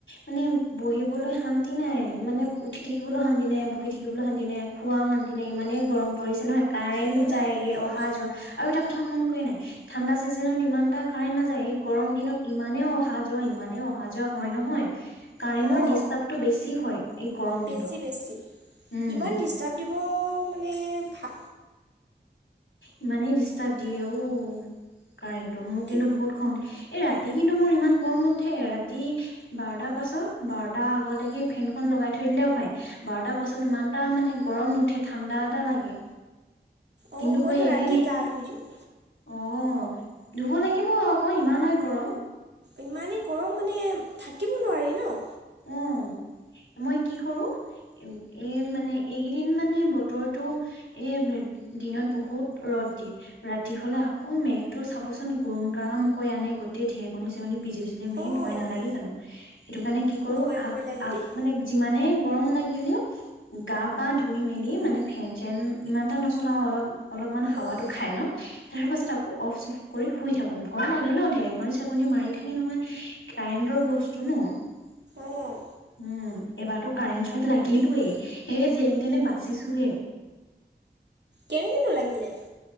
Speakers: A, on the left; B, on the right.
A: মানে বহিবলৈ শান্তি নাই মানে উঠি থাকিবলৈ শান্তি নাই বহি থাকিবলৈ শান্তি নাই খোৱা শান্তি নাই ইমানেই গৰম পৰিছে নহয়। কাৰেণ্ট
B: ইমানেই
A: যায়গে
B: গৰম পৰিছে
A: অহা যোৱা, আৰু এটা কথা মন কৰে নাই ঠাণ্ডা চিজনত ইমান এটা কাৰেন্ট নাযায় এই গৰম দিনত ইমানেই আহা যোৱা ইমানেই অহা যোৱা হয় নহয়। কাৰেণ্টৰ
B: অঁ
A: ডিষ্টাৰ্বটো বেছি হয় এই গৰম
B: বেছি
A: দিনত।
B: বেছি
A: উম
B: ইমান ডিষ্টাৰ্ব দিব? মানে ভা
A: ইমানেই ডিষ্টাৰ্ব দিয়ে অ' কাৰেণ্টটো মোৰ
B: কি
A: কিন্তু বহুত খং উঠে। এই ৰাতি কিন্তু মোৰ ইমান গৰম নুঠে, ৰাতি বাৰটাৰ পাছত
B: বাৰটা নটা আগলৈকে ফেনখন লগাই থৈ দিলেও হয়। বাৰটা অ'। ইমান এটা মানে গৰম নুঠে ঠাণ্ডা
A: বাৰটা আগলৈকে ফেনখন লগাই থৈ দিলেও হয়। বাৰটাৰ পাছত ইমান এটা মানে গৰম নুঠে ঠাণ্ডা এটা লাগে।
B: অ',
A: কিন্তু
B: মইতো
A: কৈ এইকেইদিন
B: ৰাতি
A: এ,
B: গা ধুই দিওঁ,
A: অ'। ধুব লাগিব আকৌ, ইমানেই গৰম।
B: ইমানেই গৰম মানে থাকিব নোৱাৰি ন'।
A: অ' মই কি কৰো এ, মানে এইকেইদিন মানে বতৰটো এ, দিনত বহুত ৰ'দ ৰ'দ দিয়ে ৰাতি হ'লে আকৌ মেঘটো চাবচোন গুৰম গাৰাম কৰি আনে গোটেই ঢেৰেকনী চেৰেকনি বি বিজুলী মাৰি
B: অ',
A: ভয় নালাগে জানো, সেইটো কাৰণে কি কৰোঁ,
B: ভয়
A: আগ
B: ভয় লাগে
A: আগ
B: দেই,
A: মানে যিমানেই গৰম লাগিলেও গা পা ধুই মেলি মানে ফেন চেন ইমান এটা নচলাও অলপ অলপ অলপ মান হাৱাতো
B: অ',
A: খাই লও তাৰ পাছত আকৌ অফ চফ কৰি শুই থাকো, ভয় লাগে ন' ডেৰেকণী চেৰেকণী মাৰি দি থাকে নহয়, কাৰেণ্টৰ বস্তু ন'। উম,
B: অ'।
A: এবাৰটো কাৰেন্ট চৰ্ট লাগিলোয়ে, সেই যেন তেনে বাচিছোহে।
B: কেনেকৈনো লাগিলে?